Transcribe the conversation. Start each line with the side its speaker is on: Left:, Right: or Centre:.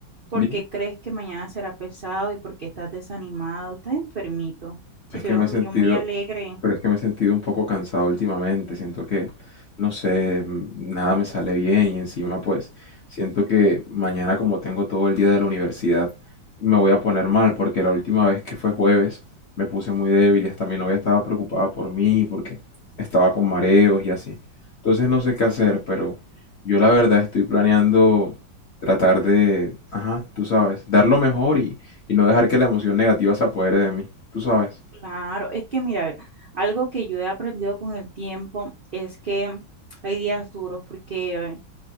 Right: ¿Por
Left: Dime.
Right: qué crees que mañana será pesado y por qué estás desanimado? Estás enfermito. Si
Left: Es
Right: tú
Left: que
Right: eres
Left: me
Right: un
Left: he sentido,
Right: niño muy alegre,
Left: pero es que me he sentido un poco cansado últimamente. Siento que, no sé, m- nada me sale bien y encima pues siento que mañana como tengo todo el día de la universidad me voy a poner mal porque la última vez que fue jueves me puse muy débil y hasta mi novia estaba preocupada por mí porque estaba con mareos y así. Entonces no sé qué hacer, pero yo la verdad estoy planeando tratar de, ajá, tú sabes, dar lo mejor y, y no dejar que la emoción negativa se apodere de mí, tú sabes.
Right: claro. Es que mira, ve, algo que yo he aprendido con el tiempo es que hay días duros porque eh,